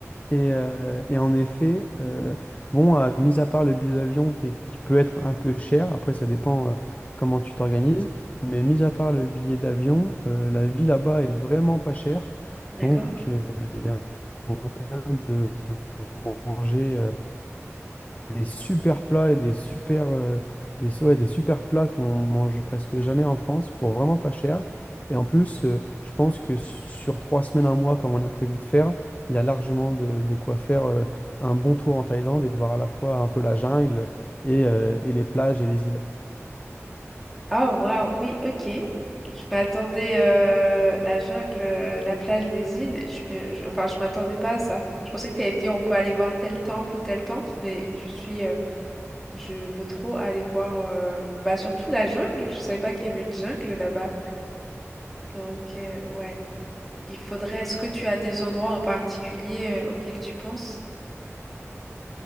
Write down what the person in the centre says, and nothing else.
d'accord.
Ah, waouh, oui, ok. Je m'attendais euh, la jungle, euh, la plage, les îles. Je me- je- enfin, je m'attendais pas à ça. Je pensais que tu allais me dire on peut aller voir tel temple ou tel temple, mais je suis, euh, je veux trop aller voir, euh, bah surtout la jungle. Je savais pas qu'il y avait une jungle là-bas. Donc euh, ouais, il faudrait. Est-ce que tu as des endroits en particulier euh, auxquels tu penses?